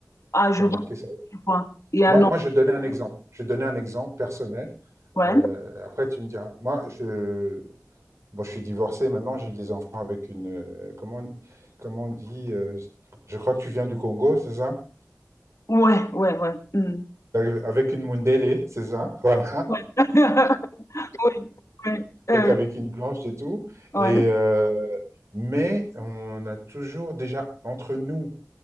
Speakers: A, on the left (about 65°); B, on the right (about 65°).
A: ah,
B: j'ai
A: je
B: remarqué
A: vois,
B: ça.
A: tu vois. Et
B: Moi,
A: à non,
B: moi, je donnais un exemple. Je donnais un exemple personnel.
A: ouais,
B: Heu, après tu me diras. Moi, je bon, je suis divorcé maintenant, j'ai des enfants avec une, heu, comment on comment on dit? Heu, je crois que tu viens du Congo, c'est ça?
A: ouais, ouais, ouais. Mm.
B: Heu, avec une Mundélé, c'est ça? <laughs> Voilà,
A: ouais. <laughs> ouais, ouais, euh,
B: donc avec une blanche et tout
A: ouais.
B: et heu, mais on a toujours déjà entre nous,